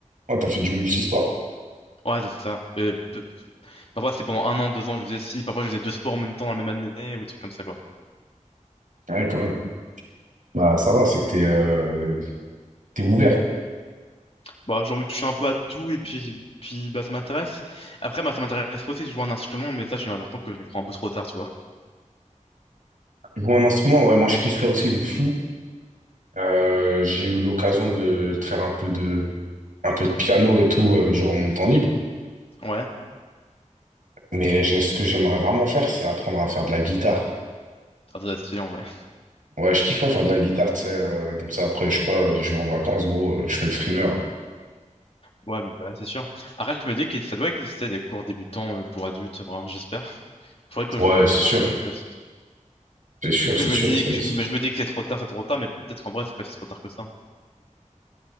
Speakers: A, on the right (about 85°); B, on the left (about 50°).
A: ouais, t'as fait du multisport.
B: Ouais, c'est ça. Et p- parfois, c'est pendant un an, deux ans, je faisais ci. Parfois, je faisais deux sports en même temps dans la même année ou des trucs comme ça, quoi.
A: Ouais, quand même. Bah, ça va, c'est que t'es, euh, t'es ouvert.
B: Bah, j'ai envie de toucher un peu à tout et puis, puis bah, ça m'intéresse. Après, bah, ça m'intéresse aussi de jouer un instrument, mais ça, j'ai l'impression que je le prends un peu trop tard, tu vois.
A: Jouer un instrument, ouais, moi, je kifferais aussi de fou. Euh, j'ai eu l'occasion de, de faire un peu de, un peu de piano et tout, euh, durant mon temps libre.
B: Ouais,
A: Mais j'ai- ce que j'aimerais vraiment faire, c'est apprendre à faire de la guitare.
B: ça doit être stylé en vrai.
A: Ouais, je kifferais faire de la guitare, tu sais, euh, comme ça, après, je sais pas, je vais en vacances, gros, euh, je fais le frimeur.
B: Ouais, bah, bah, c'est sûr. Après, je me dis que ça doit exister des cours débutants euh, pour adultes, vraiment, j'espère. Faudrait que
A: Ouais,
B: je, je
A: c'est
B: me renseigne
A: sûr,
B: un peu plus.
A: c'est sûr,
B: Parce
A: c'est
B: que
A: sûr.
B: je me dis
A: ça-
B: que, je, me je me dis que c'est trop tard, c'est trop tard, mais peut-être qu'en vrai, c'est pas si trop tard que ça.